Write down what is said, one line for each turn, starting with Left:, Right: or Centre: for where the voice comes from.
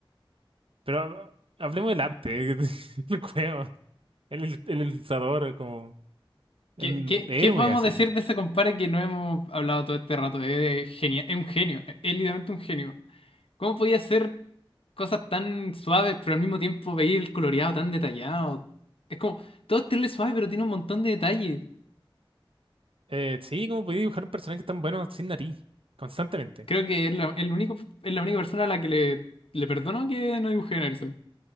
Right: Pero ha- hablemos del arte, <laughs> el juego, el, il- el ilustrador, como em,
Left: ¿Qué, qué,
Right: héroe
Left: qué podemos
Right: así.
Left: decir de ese compadre que no hemos hablado todo este rato? Es genial, es un genio, es, es literalmente un genio. ¿Cómo podía hacer cosas tan suaves, pero al mismo tiempo veía el coloreado tan detallado? Es como, todo es terrible suave, pero tiene un montón de detalles.
Right: Eh, sí, como podía dibujar personajes tan buenos sin nariz, constantemente.
Left: Creo que es la, el único, es la única persona a la que le, le perdono que no dibuje en Erso.